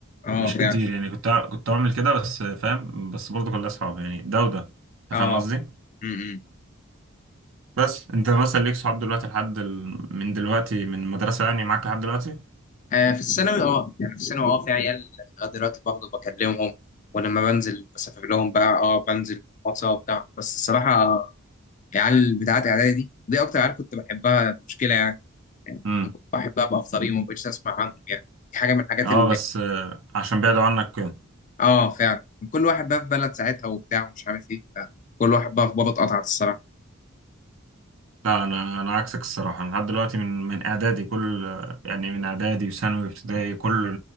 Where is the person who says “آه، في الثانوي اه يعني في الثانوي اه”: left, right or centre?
Left